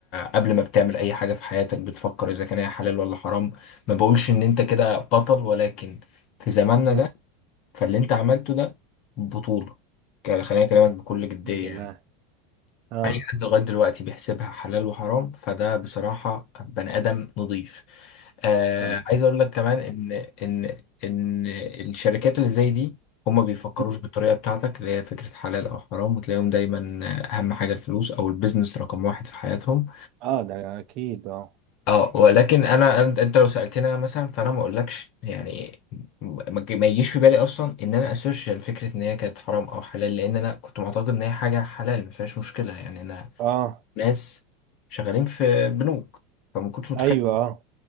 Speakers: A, on the left; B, on the right.
A: قبل ما بتعمل اي حاجه في حياتك بتفكر اذا كان هي حلال ولا حرام ما بقولش ان انت كده بطل ولكن في زماننا
B: مم.
A: ده فاللي انت عملته ده بطوله يعني خليني اكلمك بكل جديه
B: الحمد لله
A: يعني
B: اه
A: اي حد لغايه دلوقتي بيحسبها حلال وحرام فده بصراحه بني ادم نضيف آه
B: اه
A: عايز اقول لك كمان ان ان ان الشركات اللي زي دي هما بيفكروش
B: مم.
A: بالطريقه بتاعتك اللي هي فكره حلال او حرام وتلاقيهم دايما اهم حاجه الفلوس او البيزنس رقم واحد في حياتهم
B: آه، ده اكيد اه
A: اه ولكن انا انت أنت لو سالتني انا مثلا فانا ما اقولكش يعني ما ج- ما يجيش في بالي اصلا ان انا اسيرش فكره ان هي كانت حرام او حلال لان انا كنت معتقد ان هي حاجه حلال ما فيهاش مشكله يعني انا
B: اه
A: ناس شغالين في بنوك فما كنتش متخيل
B: ايوه اه